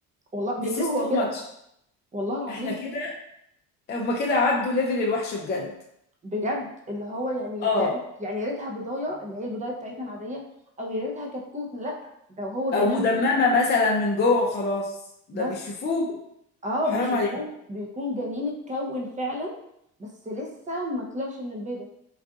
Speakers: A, on the right; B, on the left.
A: والله
B: this
A: بياكلوه
B: is too
A: هو كده
B: much
A: والله العظيم
B: احنا كده هما كده عدوا ليفل الوحش بجد
A: بجد اللي هو يعني
B: اه
A: يعني يعني يا ريتها بضايه اللي هي البضايه بتاعتنا العاديه او يا ريتها كتكوت لا ده هو جنين
B: او مدممه مثلا من جوه وخلاص ده
A: بس
B: بيشوفوه
A: اه
B: حرام
A: بيشوفوه
B: عليك
A: بيكون جنين اتكون فعلا بس لسه ما طلعش من البيضه